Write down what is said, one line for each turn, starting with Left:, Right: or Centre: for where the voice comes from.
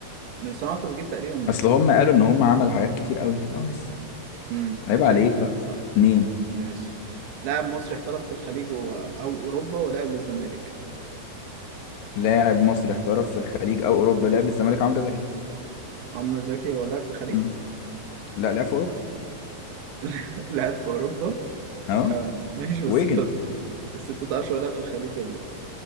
Right: من صناعة وتسجيل تقريبا ميسي
Left: اصل هما قالوا ان هما عمل حاجات كتير قوي كده اه ميسي
Right: امم
Left: عيب عليك
Right: أيوه
Left: بقى
Right: صح
Left: اتنين
Right: ماشي لاعب مصري احترف في الخليج و... أو أوروبا ولعب للزمالك
Left: لاعب مصري احترف في الخليج او اوروبا لعب للزمالك عمرو زكي
Right: عمرو زكي هو لاعب في الخليج
Left: امم لا لعب في اوروبا
Right: <laughs> لعب في أوروبا
Left: اه
Right: آه ماشي بس
Left: ويجن
Right: انت بس انت تعرفش هو لاعب في الخليج ولا لا